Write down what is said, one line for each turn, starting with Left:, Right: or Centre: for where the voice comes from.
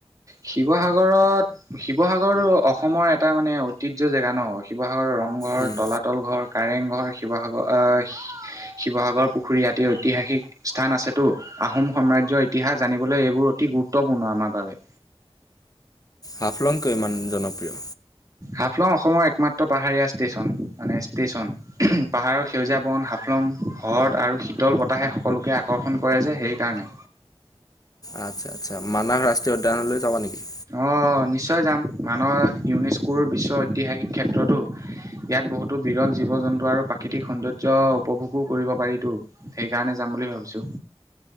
Right: শিৱসাগৰত শিৱসাগৰ অসমৰ এটা মানে ঐতিহ্য জেগা ন'। শিৱসাগৰৰ ৰং ঘৰ,
Left: উম
Right: তলাতল ঘৰ, কাৰেং ঘৰ, শিৱসাগৰ অহ শিৱসাগৰ পুখুৰী আদি ঐতিহাসিক স্থান আছেতো, আহোম সাম্ৰাজ্যৰ ইতিহাস জানিবলৈ এইবোৰ অতি গুৰুত্বপূৰ্ণ আমাৰ বাৱে।
Left: হাফলং কিয় ইমান জনপ্ৰিয়?
Right: হাফলং অসমৰ একমাত্ৰ পাহাৰীয়া ষ্টেচন মানে ষ্টেচন পাহাৰৰ সেউজীয়া বন হাফলং, হ্ৰদ আৰু শীতল বতাহে সকলোকে আকৰ্ষণ কৰে যে সেইকাৰণে।
Left: আটচ্ছা আটচ্ছা মানাস ৰাষ্ট্ৰীয় উদ্যানলৈ যাবা নেকি?
Right: অ' নিশ্চয় যাম, মানস ইউনেস্কোৰ বিশ্বৰ ঐতিহাসিক ক্ষেত্ৰতো। ইয়াত বহুতো বিৰল জীৱ জন্তু আৰু প্ৰাকৃতিক সৌন্দৰ্য উপভোগো কৰিব পাৰিতো। সেইকাৰণে যাম বুলি ভাবিছোঁ।